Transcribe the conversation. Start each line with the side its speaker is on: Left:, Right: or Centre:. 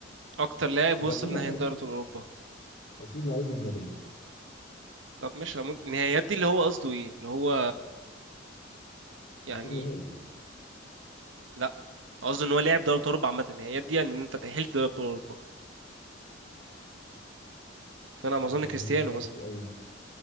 Right: اكتر لاعب
Left: هو
Right: وصل
Left: اكيد لعيب
Right: نهائي
Left: من-
Right: دوري ابطال اوروبا
Left: اكيد لعيب من مدريد
Right: طب ماشي لو ممكن النهائيات دي اللي هو قصده ايه اللي هو يعني
Left: اكيد نهائي
Right: لا قصده ان هو لاعب دوري ابطال اوروبا عامه النهائيات دي يعني ان انت تاهلت دوري ابطال اوروبا فانا ما
Left: لا
Right: اظن
Left: قصدي
Right: كريستيانو
Left: دي انت هتلاقي
Right: مثلا
Left: كتير قوي